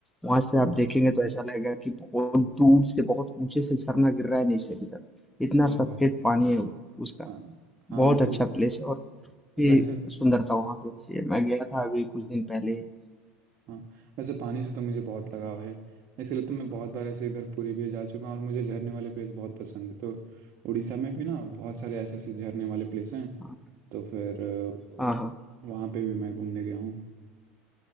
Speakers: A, in the centre; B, on the right.
A: वहां से
B: हाँ।
A: आप देखेंगे तो ऐसा लगेगा कि बहुत दूर से बहुत ऊंचे से झरना गिर रहा है नीचे की तरफ इतना
B: ओहो
A: सफेद पानी है उस- उसका
B: हाँ हाँ
A: बहुत अच्छा
B: तो
A: प्लेस है और भी
B: वैसे हम्म,
A: सुंदरता वहाँ की अच्छी है मैं गया था अभी कुछ दिन पहले ही
B: हाँ वैसे पानी से तो मुझे बहुत लगाव है इसलिए तो मैं बहुत बार ऐसे इधर पुरी भी जा चुका हूँ और मुझे झरने वाले प्लेस बहुत पसंद है तो उड़ीसा में भी ना बहुत सारे ऐसे ऐसे झरने वाले प्लेस हैं
A: हाँ
B: तो फिर अ,
A: हाँ हाँ।
B: वहाँ पे भी मैं घूमने गया हूँ